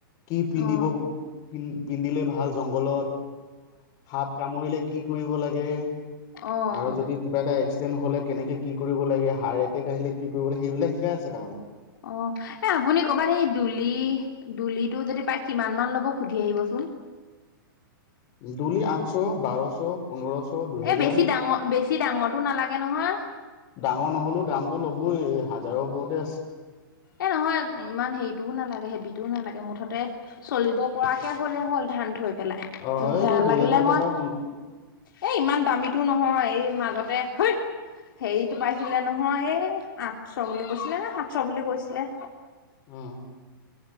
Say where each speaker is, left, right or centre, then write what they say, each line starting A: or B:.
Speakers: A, on the left (about 30°); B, on the left (about 70°).
A: কি পিন্ধিবন্
B: অ
A: পিন্ধিলে ভাল জংঘলত সাপ কামুৰিলে কি কৰিব লাগে
B: অ অ
A: আৰু যদি কিবা এটা হলে কেনেকে কি কৰিব লাগে হাৰ্ট এটেক আহিলে কি কৰিব লাগে সেইবিলাক শিকাই আছে তাৰমানে
B: অ' এ আপুনি ক'বাত এইেই দুলি দুলিটো যদি প্ৰায় কিমান মান ল'ব সুধি আহিবচোন
A: দলি আঠশ বাৰশ পোন্ধৰশ দুহেজাৰ
B: এ বেছি ডাঙৰ বেছি ডাঙৰটো নালাগে নহয়
A: ডাঙৰ নহলেও দামতটো ল'বই এই হাজাৰৰ ওপৰতে আছে
B: এ নহয় ইমান হেৰিটোও নালাগে হেভিটোও নালাগে মুঠতে চলিব পৰাকে হ'লে হ'ল ধান থৈ পেলাই
A: অ' এইটো দুইহেজাৰ
B: লাগিলে মই
A: টকা পোন্
B: এ ইমান দামীটো নহয় এই মাজতে হ হেৰিতটো পাইছিলে নহয় এই আঠশ বুলি কৈছিলে ন সাতশ বুলি কৈছিল ন
A: আহ